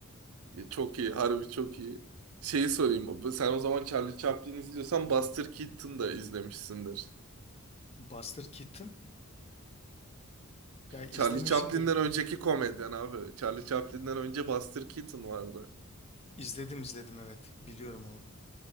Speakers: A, on the right; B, on the left.
A: E, Çok iyi, harbi çok iyi. Şeyi sorayım. Sen o zaman Charlie Chaplin izliyorsan Buster Keaton da izlemişsindir.
B: Buster Keaton ya izlemişindir.
A: Charlie Chaplin'den önceki komedyen abi. Charlie Chaplin'den önce Buster Keaton vardı.
B: İzledim izledim evet biliyorum onu.